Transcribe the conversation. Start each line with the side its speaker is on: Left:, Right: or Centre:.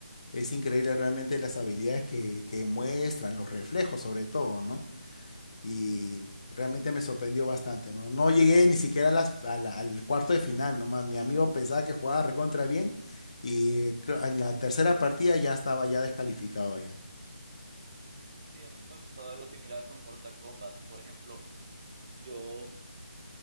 Left: es increíble realmente las habilidades que, que muestran, los reflejos sobre todo, ¿no? Y realmente me sorprendió bastante, ¿no? No llegué ni siquiera a las- a la- al cuarto de final, nomás mi amigo pensaba que jugaba recontra bien y creo- en la tercera partida ya estaba ya descalificado ya.
Right: Sí, a mí me ha pasado algo similar con Mortal Kombat. Por ejemplo, yo